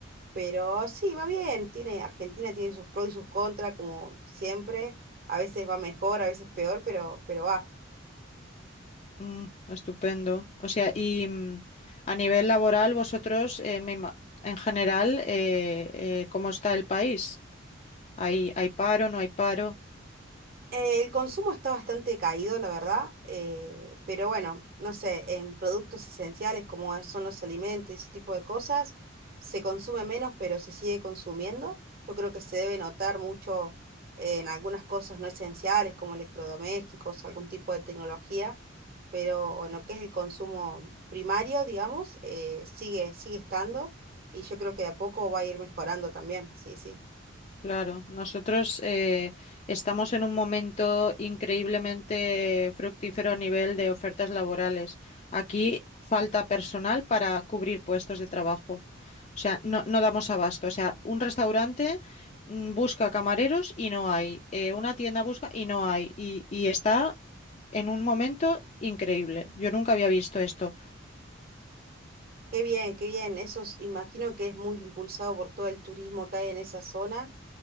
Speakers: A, on the right (about 50°); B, on the left (about 35°).
A: pero sí, va bien, tiene, Argentina tiene sus pros y sus contras, como siempre, a veces va mejor, a veces peor, pero, pero va.
B: Mm, estupendo. O sea, y mm, a nivel laboral, vosotros, eh, me ima- en general, eh, eh, ¿cómo está el país? ¿Hay, hay paro, no hay paro?
A: Eh, El consumo está bastante caído, la verdad, eh, pero bueno, no sé, en productos esenciales como son los alimentos y ese tipo de cosas, se consume menos, pero se sigue consumiendo. Yo creo que se debe notar mucho en algunas cosas no esenciales como electrodomésticos, algún tipo de tecnología, pero en lo que es el consumo primario, digamos, eh, sigue, sigue estando y yo creo que de a poco va a ir mejorando también, sí, sí.
B: Claro, nosotros eh, estamos en un momento increíblemente fructífero a nivel de ofertas laborales. Aquí falta personal para cubrir puestos de trabajo. O sea, no, no damos abasto. O sea, un restaurante mm, busca camareros y no hay. Eh, una tienda busca y no hay. Y, y está en un momento increíble. Yo nunca había visto esto.
A: Qué bien, qué bien. Eso es- imagino que es muy impulsado por todo el turismo que hay en esa zona,